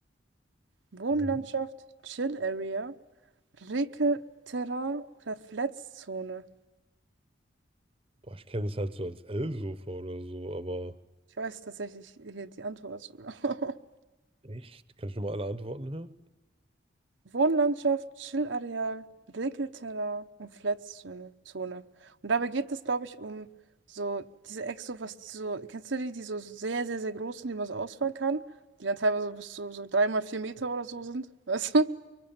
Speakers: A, on the right; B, on the right.
A: Wohnlandschaft,
B: Mhm.
A: Chill-Area. Rekelterrain oder Fletzzone?
B: Boah, ich kenne es halt so als L-Sofa oder so, aber
A: Ich weiß tatsächlich hier die Antwort. sogar. <laughs>
B: echt? Kann ich nochmal alle Antworten hören?
A: Wohnlandschaft, Chillareal, Rekelterrain und Fletzzone. Zone. Und dabei geht es, glaube ich, um so diese Exo, was die so, kennst du die, die so sehr, sehr, sehr groß sind, die man so ausfahren kann? Die dann teilweise bis zu so drei mal vier Meter oder so sind. <laughs> Weißt du?